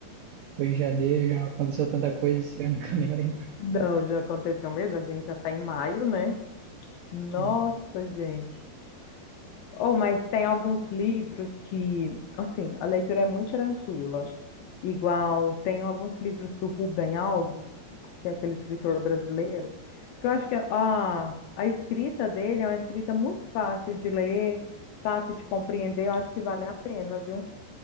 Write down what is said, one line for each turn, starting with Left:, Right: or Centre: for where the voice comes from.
Right: foi em janeiro, já aconteceu tanta coisa esse ano que eu nem lembro.
Left: Não, já aconteceu mesmo, a gente já tá em maio, né? Nossa,
Right: É,
Left: gente. Ou, mas tem alguns livros que, assim, a leitura é muito tranquila. Igual, tem alguns livros do Rubem Alves, que é aquele escritor brasileiro, que eu acho que a, a escrita dele é uma escrita muito fácil de ler, fácil de compreender. Eu acho que vale a pena, viu?